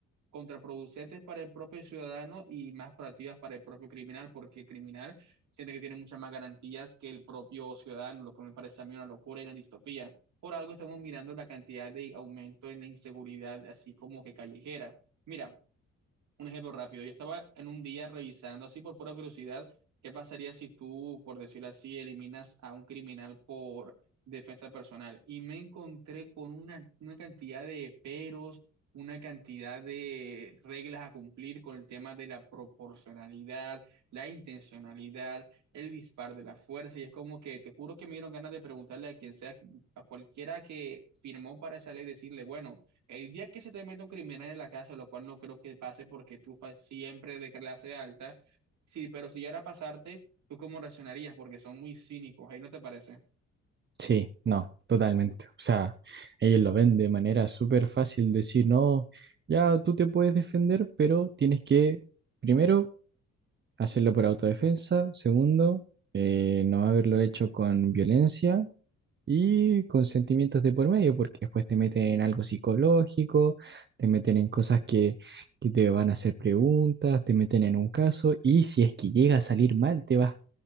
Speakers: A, on the right; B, on the right.
A: contraproducentes para el propio ciudadano y más proactivas para el propio criminal, porque el criminal siente que tiene muchas más garantías que el propio ciudadano, lo que me parece a mí una locura y una distopía. Por algo estamos mirando la cantidad de aumento en la inseguridad, así como que callejera. Mira, un ejemplo rápido, yo estaba en un día revisando así por pura curiosidad, ¿qué pasaría si tú, por decirlo así, eliminas a un criminal por defensa personal? Y me encontré con una, una cantidad de peros, una cantidad de reglas a cumplir con el tema de la proporcionalidad, la intencionalidad, el dispar de la fuerza, y es como que te juro que me dieron ganas de preguntarle a quien sea, a cualquiera que firmó para esa ley, decirle, bueno. El día que se te mete un criminal en la casa, lo cual no creo que pase porque tú fas siempre de clase alta, sí, pero si llegara a pasarte, ¿tú cómo reaccionarías? Porque son muy cínicos, ahí no te parece.
B: Sí, no, totalmente. O sea, ellos lo ven de manera súper fácil decir, no, ya tú te puedes defender, pero tienes que... Primero, hacerlo por autodefensa. Segundo, eh, no haberlo hecho con violencia y con sentimientos de por medio, porque después te meten en algo psicológico, te meten en cosas que, que te van a hacer preguntas, te meten en un caso y si es que llega a salir mal, te vas